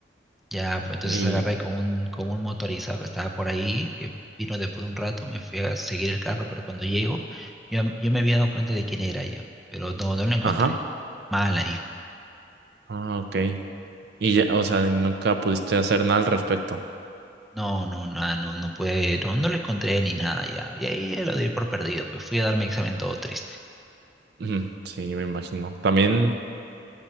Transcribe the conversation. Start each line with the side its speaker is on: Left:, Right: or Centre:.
Centre: Ya, pues entonces
Right: Y,
Centre: agarré con un, con un motorizado que estaba por ahí, que vino después de un rato, me fui a seguir el carro, pero cuando llego, yo, yo me había dado cuenta de quién era ya, pero no, no lo encontré.
Right: ajá,
Centre: Mal ahí.
Right: ah, ok. Y ya, o sea, nunca pudiste hacer nada al respecto.
Centre: No, no, nada, no, no pude, no, no lo encontré ni nada ya. Y ahí ya lo doy por perdido, pues fui a dar mi examen todo triste.
Right: Ujú, Sí, me imagino. También